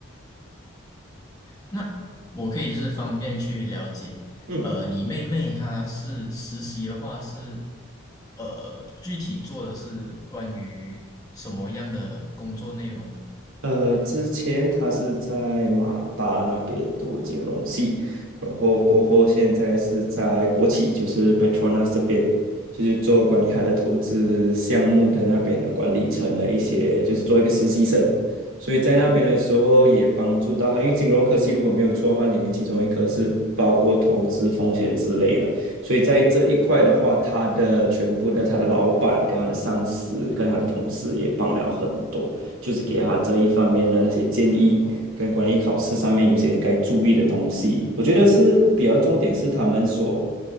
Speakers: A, on the left (about 20°); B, on the right (about 85°).
A: 那我可以就是方便去了解，
B: 嗯。
A: 呃，你妹妹她是实习的话是，呃，具体做的是关于什么样的工作内容呢？
B: 呃，之前他是在马大那边读金融系，然后过后现在是在国企，就是 Petronas 这边，就是做管理他的投资项目的那边的管理层的一些，就是做一个实习生。所以在那边的时候也帮助到他，因为金融科系如果没有错的话，里面其中一科是包括投资风险之类的，所以在这一块的话，他的全部的他的老板跟他的上司跟他的同事也帮了很多。就是给他这一方面的那些建议，跟管理考试上面有些该注意的东西。我觉得是比较重点是他们所